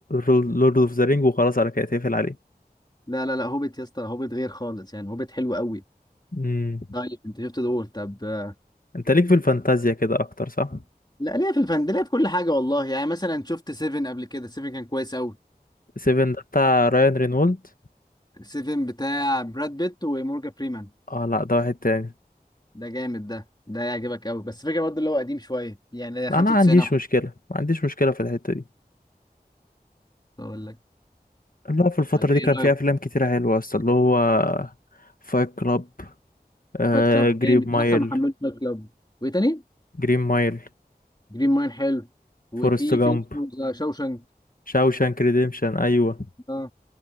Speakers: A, on the left; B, on the left.
A: لورد اوف ذا رينج وخلاص على كده تقفل عليه
B: لا لا لا هوبيت يا اسطى هوبيت غير خالص يعني هوبيت حلو قوي
A: امم
B: طيب انت شفت دول طب آه،
A: انت ليك في الفانتازيا كده اكتر صح
B: لا ليه في الفن ده ليه في كل حاجه والله يعني مثلا شفت سيفن قبل كده سيفن كان كويس قوي
A: سيفن ده بتاع رايان رينولد
B: سيفن بتاع براد بيت ومورجان فريمان
A: اه لا ده واحد تاني
B: ده جامد ده ده يعجبك قوي بس فكره برضه اللي هو قديم شويه يعني
A: لا
B: 95
A: انا ما عنديش
B: اهو
A: مشكلة ما عنديش مشكلة في الحتة دي
B: اقول لك
A: اللي هو في الفترة
B: طب ايه
A: دي كان في
B: رايك
A: افلام كتيرة حلوة اصلا اللي هو فايت كلاب آه
B: فايت كلاب
A: جرين
B: جامد
A: مايل
B: انا اصلا محمله فايت كلاب وايه تاني
A: جرين مايل
B: جرين ماين حلو وفي
A: فورست جامب
B: فيلم اسمه ذا شوشنك
A: شاوشانك ريديمشن ايوه
B: اه